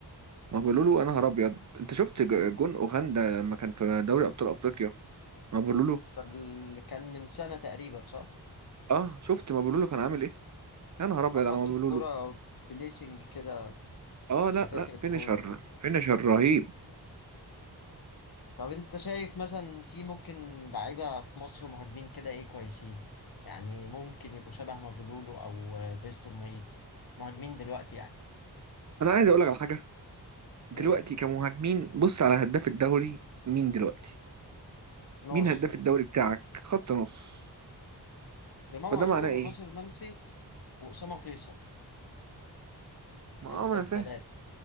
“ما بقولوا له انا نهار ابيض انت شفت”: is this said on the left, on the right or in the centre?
Right